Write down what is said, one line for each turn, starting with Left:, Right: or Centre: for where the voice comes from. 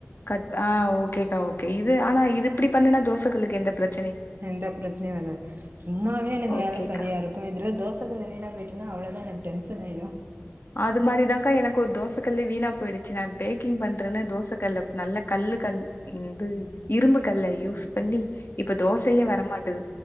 Left: கட் ஆ ஓகேக்கா ஓகே இது ஆனா இது இப்படி பண்ணுனா தோசைகல்லு க்கு எந்த பிரச்
Right: எந்த பிரச்சனையும வராது சும்மாவே எனக்கு
Left: ஓகேக்கா.
Right: வேலை சரியா இருக்கு தோசை கல்லு வீன போயிட்னா அவ்வளோதான் எனக்கு டென்ஷன் ஆயிடு
Left: அது மாதிரிதான்க்கா எனக்கு ஒரு தோசை கல்லே வீணா போயிடுச்சு நான் பேக்கிங் பண்றேன்னு தோசை கல் நல்லா கல்லு கல் எனது இரும்பு கல்ல யூஸ் பண்ணி இப்ப தோசையே வரமாட்டுது